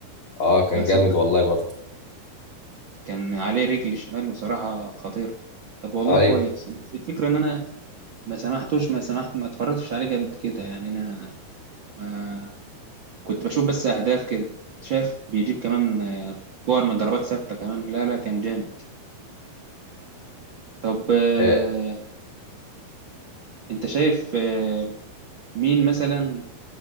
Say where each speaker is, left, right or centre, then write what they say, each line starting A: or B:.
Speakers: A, on the left (about 75°); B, on the right (about 70°).
A: اه كان
B: ده صدق
A: جامد والله برضو
B: كان عليه رجل شمال بصراحة خطير طب والله
A: ايوه
B: كويس بس الفكرة ان انا ما سمحتوش ما سمحت ما اتفرجتش عليه جامد كده يعني انا ما كنت بشوف بس اهداف كده شايف بيجيب كمان آه، كور من ضربات ثابتة كمان لا لا كان جامد طب آه،
A: آه
B: انت شايف آه، مين مثلا